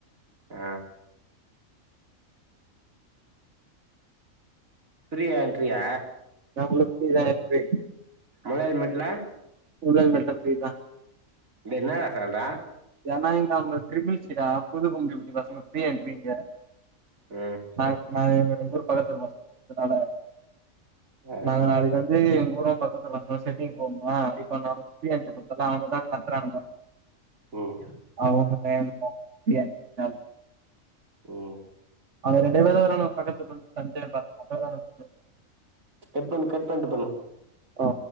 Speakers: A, on the right; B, on the right.
A: அ ஃப்ரீயா என்றியா
B: <unintelligible>
A: மூணாவது மேட்ல
B: மூணாவது மேட்ல ஃப்ரீதா
A: என்னாடா சொல்ர
B: ஏன்னா இங்க அவங்க ட்ரிபில்ஸ்டா புது கும்டிபுடி பசங்க ஃப்ரீ என்றிங்க
A: ம்
B: நா நா எங்க ஊர் பக்கத்து <unintelligible> பசங்கனால
A: ஆ
B: நாங்க நாளைக்கி வந்து எங்க ஊரம் பக்கத்துல பசங்க செட்டிக்கு போமா இப்ப அவங்க ஃப்ரீ என்ட்றி குடுத்தல்ல அவனுங்கதா கட்றானுங்க
A: ம்
B: அவங்க என்னமோ <unintelligible> காலி
A: ஓ
B: அவனுங்க ரெண்டே பேரு தா வராங்க பக்கத்து பக்கத்து சந்து <unintelligible>
A: கட் பண்ணு கட் பண்ணிட்டு பண்ணு
B: அ